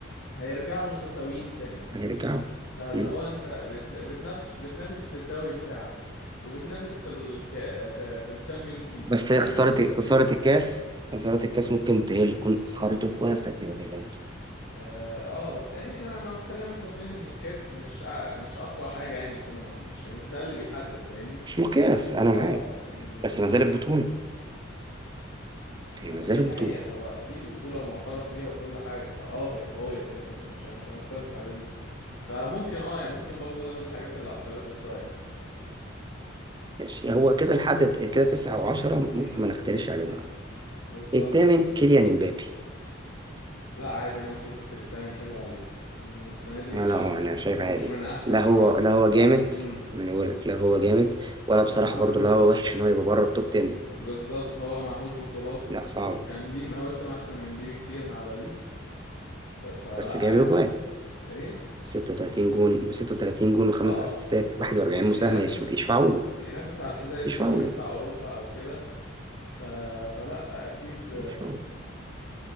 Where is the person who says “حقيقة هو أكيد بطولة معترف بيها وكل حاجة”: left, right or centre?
Left